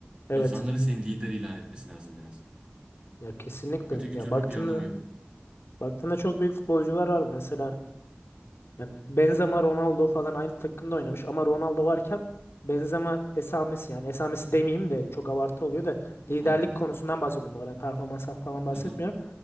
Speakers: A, on the left; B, on the right.
A: evet.
B: İnsanların seni lider ilan etmesi lazım biraz.
A: Ya kesinlikle.
B: Öteki türlü
A: Ya baktığında
B: bir anlamı yok.
A: baktığında çok büyük futbolcular var mesela Yani Benzema, Ronaldo falan aynı takımda oynamış ama Ronaldo varken Benzema esamesi yani esamesi demeyeyim de çok abartı oluyor da liderlik
B: Aynen.
A: konusundan bahsediyorum. Bu arada performanstan falan
B: Haha.
A: bahsetmiyorum.